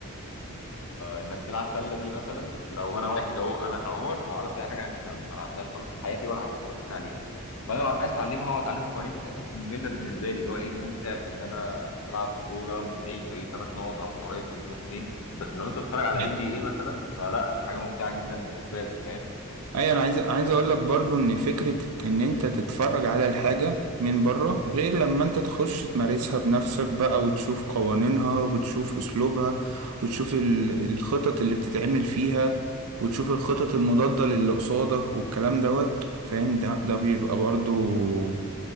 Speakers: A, on the left; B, on the right.
A: انك تلعب سله دي مثلا لو انا واحد اهو انا كعمر ما اعرفش اي حاجه عن السله ما لعبتهاش خالص في حياتي ولا حتى اتفرجت عليها فانا لو عايز اتعلمها واتعلم القوانين بتاعتها ممله بالنسبه لي اللي هو ايه الممتع في ان انا العب الكوره من بعيد فاجيب ثلاث نقط او من قريب فاجيب نقطتين بس لو انت بتتفرج على
B: تمام.
A: ام بي اي مثلا فلا دي حاجه ممتعه جدا بالنسبه لك فاهم
B: ايوه انا عايز عايز اقول لك برضو ان فكره ان انت تتفرج على الحاجه من بره غير لما انت تخش تمارسها بنفسك بقى وتشوف قوانينها وتشوف اسلوبها وتشوف ال- الخطط اللي بتتعمل فيها وتشوف الخطط المضاده للي قصادك والكلام دوت فاهم ده ده بيبقى برضو